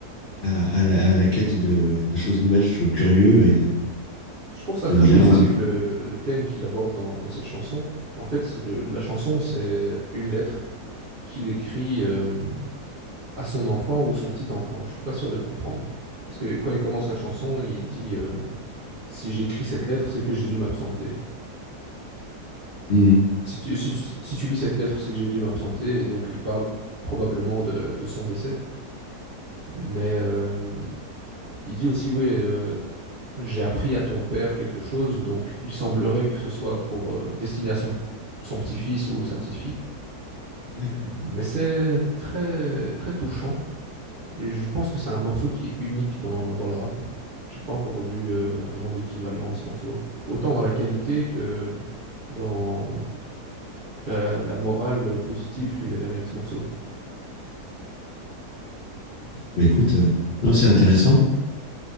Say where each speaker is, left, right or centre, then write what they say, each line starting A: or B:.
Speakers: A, on the left; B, on the right.
A: à, à la, à la quête de, de choses nouvelles. Je suis toujours curieux et euh,
B: Je trouve ça
A: j'aime
B: très
A: bien.
B: positif
A: ouais.
B: le, le- le thème qu'il aborde dans, dans cette chanson. En fait, c'est le- la chanson, c'est une lettre qu'il écrit euh, à son enfant ou son petit enfant. Je suis pas sûr de comprendre. Parce que quand il commence la chanson, il dit euh, Si j'écris cette lettre, c'est que j'ai dû m'absenter.
A: Mm.
B: Si tu,
A: D'accord.
B: si, tu- si tu lis cette lettre, c'est que j'ai dû m'absenter. Et donc, il parle probablement de, de son décès. Mais euh, il dit aussi Oui, euh, j'ai appris à ton père quelque chose, donc il semblerait que ce soit pour euh, destiné à son, p- son petit-fils ou sa petite-fille.
A: D'accord.
B: Mais c'est très très touchant et je pense que c'est un morceau qui est unique dans, dans le rap. J'ai pas encore vu euh, vraiment d'équivalent à ce morceau, autant dans la qualité que dans la, la morale positive qu'il y a derrière ce morceau.
A: Ok. Bah, écoute, euh, non, c'est intéressant.